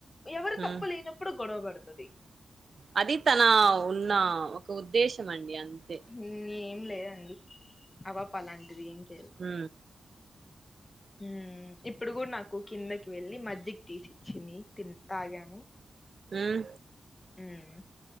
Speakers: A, on the left (about 20°); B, on the right (about 45°).
A: ఎవరు
B: హ్మ్
A: తప్పు లేనప్పుడు గొడవ పడుతది.
B: అది తన ఉన్న ఒక ఉద్దేశం అండి అంతే
A: ఉమ్, ఏం లేదండి అపాప అలాంటిది ఏంటి
B: హ
A: ఉమ్ ఇప్పుడు కూడా నాకు కిందకి వెళ్ళి మజ్జికి తీసిచ్చింది. తిన్ తాగాను
B: ఉమ్
A: మ్